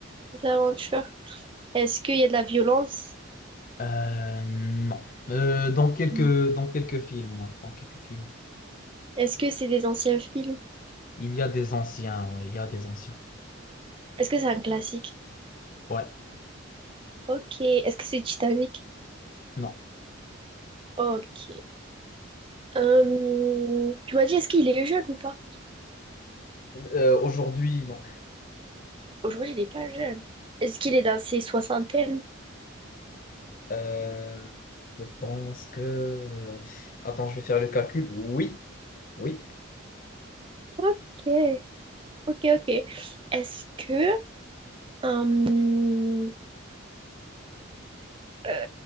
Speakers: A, on the right (about 25°); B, on the left (about 40°).
A: L'aventure. Est-ce qu'il y a de la violence?
B: Euh, non. Euh, dans quelques,
A: Hmm.
B: dans quelques films, ouais, dans quelques films.
A: Est-ce que c'est des anciens films?
B: Il y a des anciens, ouais, il y a des anciens.
A: Est-ce que c'est un classique?
B: Ouais,
A: Ok. Est-ce que c'est Titanic?
B: non.
A: Ok. Euh, tu m'as dit, est-ce qu'il est jeune ou pas?
B: Euh, aujourd'hui, non.
A: Aujourd'hui, il n'est pas jeune. Est-ce qu'il est dans ses soixantaines?
B: Euh, je pense que... Attends, je vais faire le calcul. Oui, oui.
A: Ok, ok, ok. Est-ce que, euh, euh,